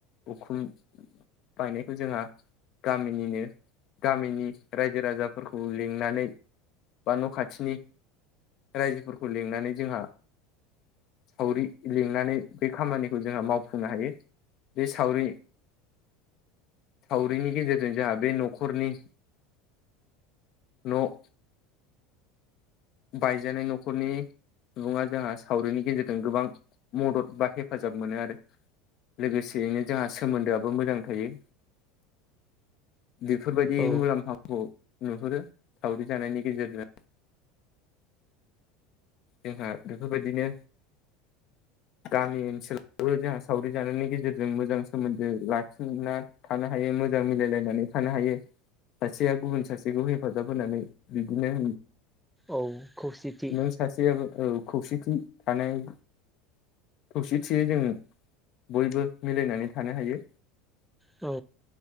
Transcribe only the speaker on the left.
उखुम बायनायखौ जोंहा गामिनिनो गामिनि रायजो राजाफोरखौ लिंनानै बा न' खाथिनि रायजोफोरखौ लिंनानै जोंहा सावरि लिंनानै बे खामानिखौ जोंहा मावफुंनो हायो। बे सावरि सावरिनि गेजेरजों जोंहा बे न'खरनि न' बायजानाय न'खरनि सुबुङा जोंहा सावरिनि गेजेरजों गोबां मदद बा हेफाजाब मोनो आरो। लोगोसेयैनो जोंहा सोमोन्दोआबो मोजां थायो। बेफोरबायदि
मुलाम्फाखौ नुहुरो सावरि जानायनि गेजेरजों। जोंहा बेफोरबायदिनो गामि ओनसोलावबो जोंहा सावरि जानायनि गेजेरजों मोजां सोमोन्दो लाखिना थानो हायो मोजां मिलायलायनानै थानो हायो। सासेया गुबुन सासेखौ हेफाजाब होनानै बिदिनो
नों सासेयाबो औ खौसेथि थानाय खौसेथियै जों बयबो मिलायनानै थानो हायो।